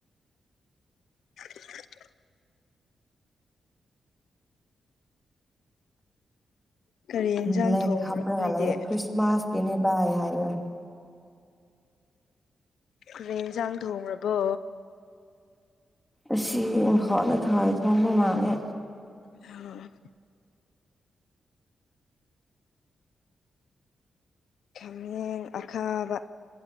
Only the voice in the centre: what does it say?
ꯕ꯭ꯂꯦꯛ
ꯍꯥꯞꯄ꯭ꯔꯒ
ꯂꯩꯌꯦ ꯈ꯭ꯔꯤꯁꯃꯥꯁ ꯀꯤꯅꯦ ꯚꯥꯏ ꯍꯥꯏꯔ
ꯑꯁꯤ ꯍꯣꯟꯅ ꯍꯋꯥꯏ ꯊꯣꯡꯕ ꯃꯥꯜꯂꯦ